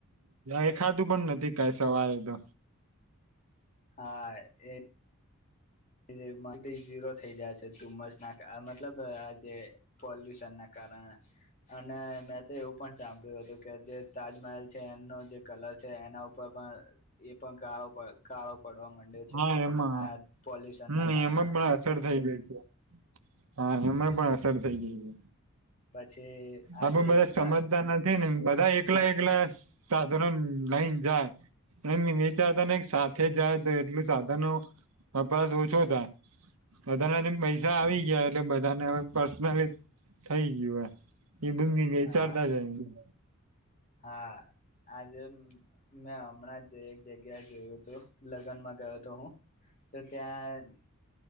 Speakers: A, on the right; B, on the left.
A: દેખાતું પણ નથી કઈ સવારે તો
B: હા એ જે મલ્ટી ઝીરો થઈ જાય છે ધુમ્મસ નાક આ મતલબ આ જે પોલ્યુશન ના કારણે અને મેં તો એવું પણ સાંભળ્યું હતું કે જે તાજમહેલ છે એનો જે કલર છે એના ઉપર પણ એ પણ કાળો કાળો પડવા માંડ્યો છે
A: હા એમાં
B: આ પોલ્યુશન
A: હમ
B: ના કારણે
A: એમ થ ગ હા એમાં પણ અસર થઈ ગઈ છે
B: પછી
A: આ
B: આજે
A: બું મધા
B: પ્લા
A: સમજતા નથી ને બધા એકલા એકલા સાધારણ લઈને જાય વિચારતા ને સાથે જાય તો એટલું સાધનો વપરાશ ઓછો થાય બધાના જે પૈસા આવી ગયા એટલે બધાને હવે પર્સનલી થઈ ગયું હો એ બંદી ગ
B: હા
A: ચારતા જાય
B: હા આજે મેં હમણાં એક જગ્યાએ ગયું હતોું લગનમાં ગયો હતો હું તો ત્યાં